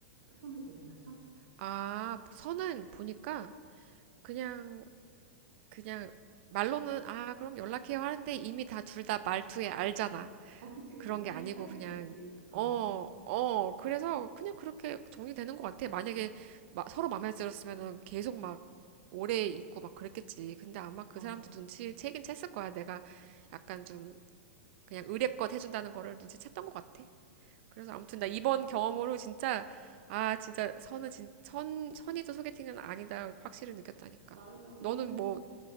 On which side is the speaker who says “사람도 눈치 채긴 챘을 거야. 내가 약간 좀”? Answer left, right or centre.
Right